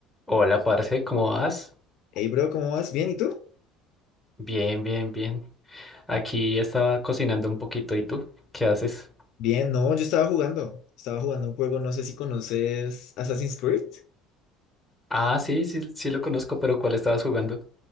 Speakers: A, in the centre; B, on the left.
A: Hola, parce, ¿cómo vas?
B: Hey, bro, ¿cómo vas? ¿Bien? ¿Y tú?
A: Bien, bien, bien. Aquí estaba cocinando un poquito. ¿Y tú? ¿Qué haces?
B: Bien, no, yo estaba jugando. Estaba jugando un juego, no sé si conoces Assassin's Creed.
A: Ah, sí, sí, sí lo conozco, pero ¿cuál estabas jugando?